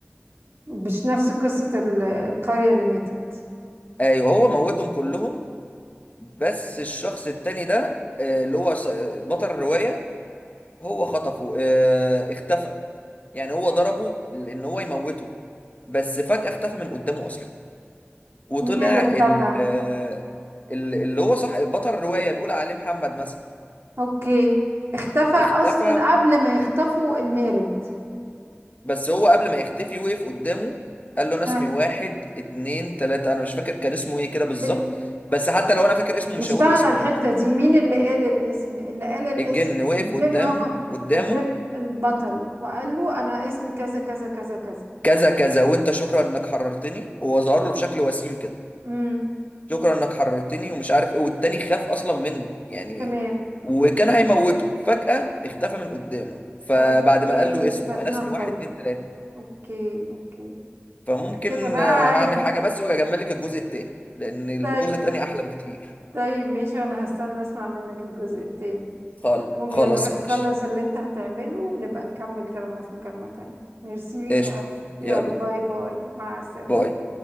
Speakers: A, on the right (about 70°); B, on the left (about 35°).
A: مش نفس قصة ال- القرية اللي ماتت
B: ايوه هو موتهم كلهم بس الشخص التاني ده آه اللي هو ص- بطل الرواية هو خطفه آه اختفى يعني هو ضربه ان هو يموته بس فجأة اختفى من قدامه اصلا وطلع
A: مين اللي اختفى
B: ال- آه، ال- اللي هو صح بطل الرواية نقول عليه محمد مثلا
A: اوكي اختفى اصلا
B: اختفى
A: قبل ما يختفوا المارد
B: بس هو قبل ما يختفي وقف قدامه قال له انا اسمي
A: ها.
B: واحد اتنين تلاتة انا مش فاكر كان اسمه ايه كده بالظبط
A: ال...
B: بس حتى لو انا فاكر اسمه
A: مش
B: مش هقول
A: فاهمة
B: اسمه
A: الحتة
B: يعني
A: دي مين اللي قال الاسم اللي قال الاسم
B: الجن وقف
A: قدام
B: قدام
A: هو
B: قدامه
A: قدام البطل وقال له أنا اسمي كذا كذا كذا كذا
B: كذا كذا وانت شكرا انك حررتني هو ظهر له بشكل وسيم كده
A: امم
B: شكرا انك حررتني ومش عارف ايه والتاني خاف اصلا منه يعني
A: تمام
B: وكان هيموته فجأة اختفى من قدامه فبعد
A: اوكي
B: ما قال له اسمه
A: فاتنقل
B: انا اسمي واحد اتنين تلاتة
A: اوكي اوكي
B: فممكن
A: كده بقى
B: آه، هعمل
A: هيبقى
B: حاجة بس واجي اجمل لك الجزء التاني لان الجزء
A: طيب
B: التاني احلى بكتير
A: طيب ماشي وانا هستنى اسمع منك الجزء التاني
B: خالص
A: المهم
B: خلاص
A: يلا روح
B: ماشي
A: خلص اللي انت هتعمله ونبقى نكمل كلامنا في مكالمة تانية ميرسي ليك
B: قشطة
A: يا أسماء.
B: يلا
A: يلا باي باي مع السلامة
B: باي